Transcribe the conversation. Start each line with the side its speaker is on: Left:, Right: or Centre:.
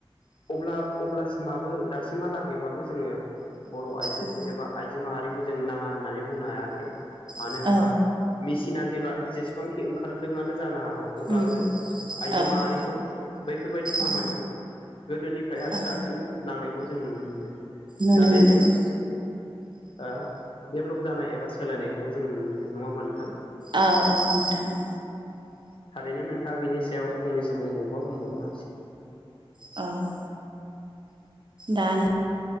Left: अब्ला अब्लासिमाबो दासिमहालागैबाबो जोङो बर' आइजोखौ
Right: उम
Left: एबा आइजो माहारिखौ जों नाङा होननानै बुंनो हायाखै मानो
Right: औ
Left: होनबा मेसिना जेब्ला जेसेबांखि ओंखारदोंआनो जानो हागौ अब्लाबो
Right: उम
Left: आइजो
Right: औ
Left: माहारिखौ बैफोरबायदि खामानियाव
Right: औ
Left: गोदोनिफ्राय आरो
Right: औ
Left: दासिम नांनायखौ जों नुनो मोनदों।
Right: नुनो
Left: नाथाय
Right: मोनदों।
Left: जों ओ डेभलप जानाय एबा सोलायनायखौल' जों नुनो मोनदों नङा होमबा नोंथां?
Right: औ औ नोंथां औ
Left: थारैनो नोंथाङा बिनि सायाव फंनैसो बुंबावोबा बुंबावनो हासिगोन।
Right: औ दानो